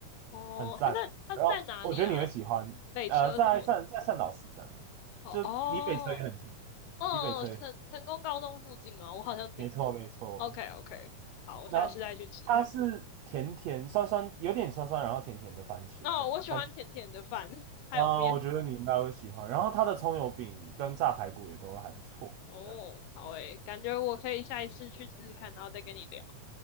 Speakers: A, on the left; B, on the right.
A: 哦，
B: 很赞的。
A: 它在他在哪里啊？
B: 然后我觉得你会喜欢，
A: 北车什么的？
B: 呃，在善在善导市站，
A: 哦哦
B: 就离北车也很近，
A: 哦，
B: 离北车也
A: 嗯成成功高中附近吗？我好像听过。
B: 没错没错。
A: OK OK，好，我下次再去吃。
B: 那它是甜甜酸酸，有点酸酸，然后甜甜的番茄这样，
A: 哦，我喜欢甜甜的饭，
B: 番
A: <laughs> 还有面。
B: 啊、我觉得你应该会喜欢。然后它的葱油饼跟炸排骨也都还不错，
A: 哦，
B: 这样
A: 好诶，感觉我可以下一次去试试看，然后再跟你聊。